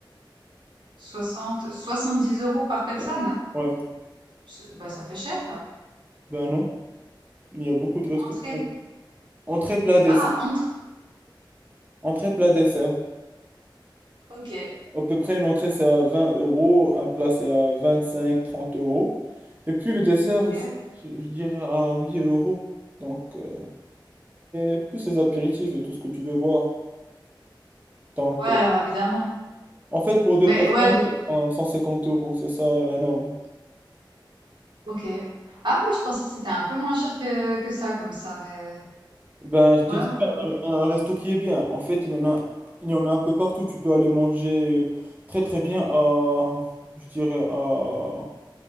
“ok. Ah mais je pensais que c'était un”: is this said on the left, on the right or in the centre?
Right